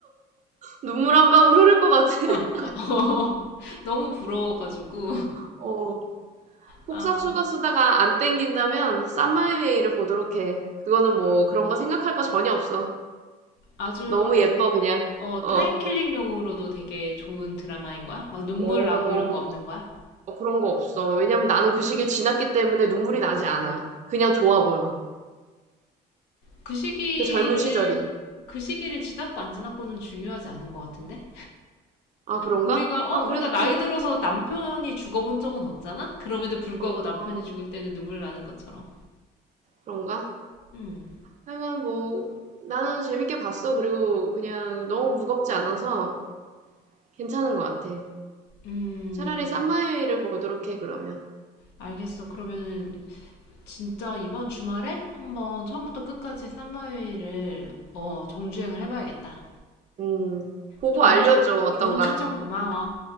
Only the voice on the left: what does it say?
<laughs> 어, 너무 부러워가지고.
아,
아주
어,
타임킬링용으로도 되게 좋은 드라마인 거야? 막 눈물
나고 이런 거 없는 거야?
그 시기를,
그 시기를 지났고 안 지났고는 중요하지 않은 것 같은데?
우리가, 어,
우리가 나이
들어서 남편이 죽어본 적은 없잖아? 그럼에도 불구하고
남편이 죽을 때는 눈물 나는 것처럼.
음,
음,
알겠어. 그러면은 진짜 이번 주말에 한번 처음부터 끝까지 썸머웨이를, 어, 정주행을 해봐야겠다.
좋은
추,
좋은 추천 고마워.